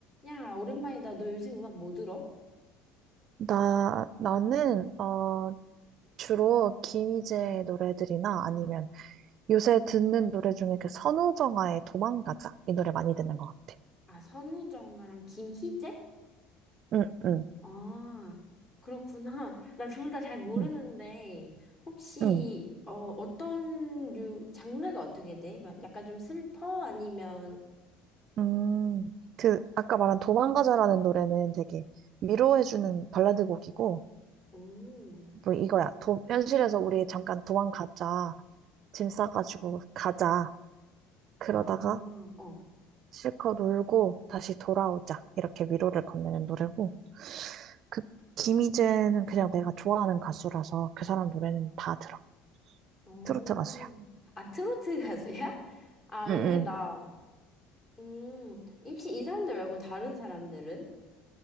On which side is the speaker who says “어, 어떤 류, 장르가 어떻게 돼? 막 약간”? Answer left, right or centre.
Left